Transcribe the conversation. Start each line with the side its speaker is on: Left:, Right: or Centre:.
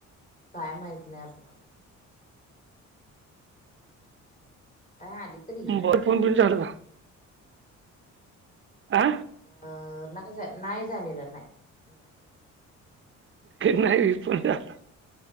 Left: माहीत नाही, आपला ह आली तर येईल.
Right: बर फोन पण चाल का, आ?
Left: अ नाही, नाही झालेलं नाही. नाही.
Right: नाही, प <inaudible> ण झाला.